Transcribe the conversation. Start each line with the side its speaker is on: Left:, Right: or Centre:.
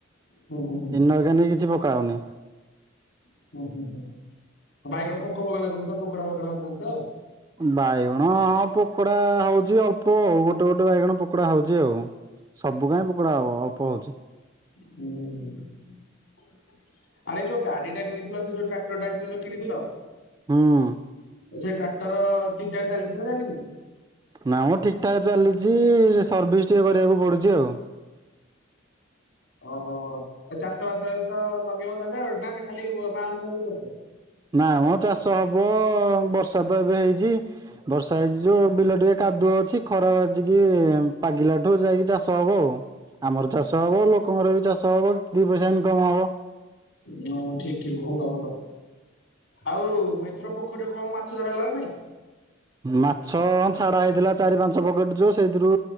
Left: ହୁଁ ହୁଁ ହୁଁ
Right: ଇନଆର୍ଗାନିକ କିଛି ପକା ହଉନି।
Left: ହୁଁ, ହୁଁ, ହୁଁ ବାଇଗଣ ପୋକ ଫୋକ ଲାଗୁନି ତ ପୋକଡ଼ା ଫୋକଡା ହଉନାହାନ୍ତି ତ।
Right: ବାଇଗଣ ହଁ ପୋକୋଡା ହଉଛି ଅଳ୍ପ ଆଉ ଗୋଟେ ଗୋଟେ ବାଇଗଣ ପୋକୋଡା ହଉଛି ଆଉ। ସବୁ କାହିଁ ପୋକଡା ହବ ଅଳ୍ପ ହୋଉଛି।
Left: ହୁଁ, ହୁଁ, ହୁଁ ଆରେ ଯୋଉ ଗାଡି ଟା କିଣିଥିଲ ସେ ଯୋଉ ଟ୍ରାର ଟ୍ରାକ୍ଟର ଟାଏ ଯୋଉଁ କିଣିଥିଲ।
Right: ହୁଁ।
Left: ସେ ଟ୍ରାକ୍ଟର ଠିକ ଠାକ ଚାଲିଚି ନା ଚାଲିନି?
Right: ନା ମୁଁ ଠିକ୍ ଠାକ୍ ଚାଲିଛି ସର୍ଭିସ ଟିକେ କରିବାକୁ ପଡୁଛି ଆଉ।
Left: ଓହୋ ଚାଷ ବାସ ଏଥର ଲଗେଇବ ତାଲେ ଆଉ ନା ଖାଲି ମାଲ ବୁହା ବୁହି କରୁଛ?
Right: ନାଇମ ଚାଷ ହବ ବର୍ଷା ତ ଏବେ ହେଇଛି। ବର୍ଷା ହେଇଚି ଯୋଉ ବିଲ ଟିକେ କାଦୁଅ ଅଛି ଖରା ବାଜିିକି ପାଗିଲା ଠୁ ଯାଇକି ଚାଷ ହବ ଆଉ। ଆମର ଚାଷ ହବ ଲୋକଙ୍କର ବି ଚାଷ ହବ ଦି ପଇସା ଇନକମ ହବ।
Left: ହୁଁ ଠିକ୍ ଠିକ୍ ଭଲ ଭଲ ଆଉ ମି ଏଥର ପୋଖରୀରେ କମ ମାଛ ଧରାହେଲା ନା ନାହିଁ।
Right: ମାଛ ଛାଡା ହେଇଥିଲା ଚାରି ପାଞ୍ଚ ପକେଟ ଯୋଉ ସେଇଥିରୁ